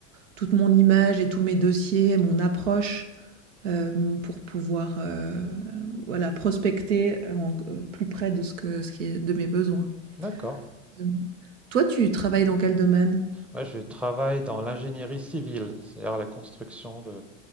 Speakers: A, on the right (about 80°); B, in the centre.
A: toute mon image et tous mes dossiers, mon approche, hem, pour pouvoir, heu, voilà, prospecter en q plus près de ce que ce qui est de mes besoins.
B: D'accord.
A: Hem, toi, tu travailles dans quel domaine?
B: Moi, je travaille dans l'ingénierie civile, c'est-à-dire la construction de